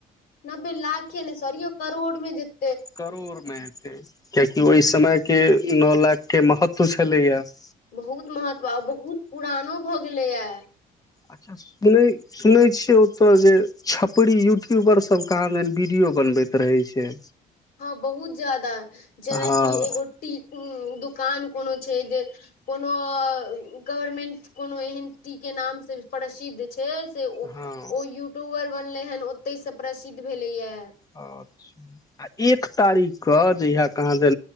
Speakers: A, on the left; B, on the left.
A: नब्बे लाखे ने सोरीऔ करोड़मे जे <inaudible>
B: करोर मे हेते कियाकि ओहि समयके नओ लाखके महत्व छलैएा <inaudible>
A: बहुत महत्व बहुत पुरानो भऽ गेलैए
B: अच्छा सुनैत सुनै छियै ओतय जे छपरी यूट्यूबरसभ कह आाँ एन वीडियो बनबैत रहैत छै
A: हँ बहुत ज्यादा जेनाकि
B: हँ
A: एगोटी <inaudible> कान कोनो छै जे कोनो गवर्मेंट कोनो एहन तटी के नाम से प्रसिद्ध छै ओ
B: हँ
A: यट्यूबर <inaudible> बनले हन ओते से प्रसिद्ध भेले या
B: अच्छा आ एक तारीख के जहिया केाँ दे